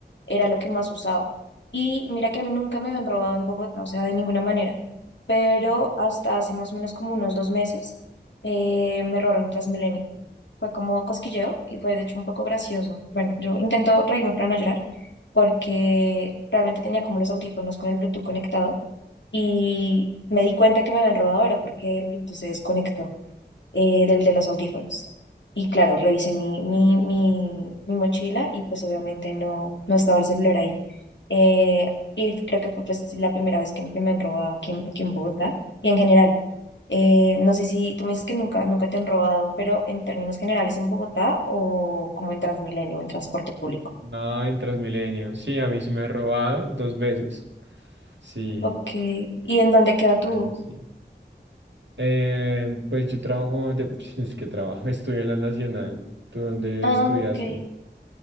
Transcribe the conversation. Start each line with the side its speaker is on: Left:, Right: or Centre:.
Left: era lo que más usaba. Y mira que a mí nunca me habían robado en Bogotá, o sea, de ninguna manera, pero hasta hace más o menos como unos dos meses eh, me robaron en Transmilenio. Fue como cosquilleo y fue de hecho un poco gracioso. Bueno, yo intento reírme para no llorar porque realmente tenía como los audífonos con el Bluetooth conectados y me di cuenta que me habían robado ahora porque el Bluetooth se desconectó eh, del de los audífonos. Y claro, revisé mi, mi, mi, mi mochila y pues obviamente no, no estaba el celular ahí. Eh, y f- creo que fue pues la primera vez que, que me han robado aquí, en- aquí en Bogotá y en general. Eh, no sé si tú me dices que nunca, nunca te han robado, pero en términos generales en Bogotá o como en Transmilenio, en transporte público.
Right: No, en Transmilenio. Sí, a mí sí me ha robado dos veces. Sí.
Left: Ok, ¿y en dónde queda tú?
Right: Baila, sí. Eh, pues yo trabajo, de, <laughs> es que trabajo, estudio en la Nacional. ¿Tú dónde
Left: Ah,
Right: estudiaste?
Left: ok.